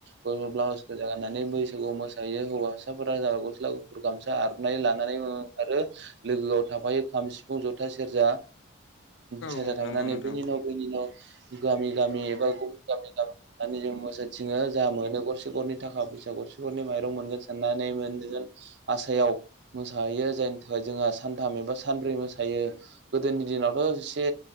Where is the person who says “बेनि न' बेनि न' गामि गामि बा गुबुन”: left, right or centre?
Right